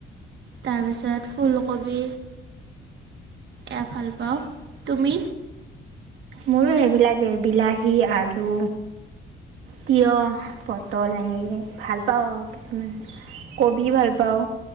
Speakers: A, on the right; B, on the right.
A: তাৰপিছত ফুলকবি- এয়া ভাল পাওঁ, তুমি?
B: মোৰো সেইবিলাকেই বিলাহী, আলু তিঁয়হ, পটল এনেকে ভাল পাওঁ আৰু কিছুমান। কবি ভাল পাওঁ,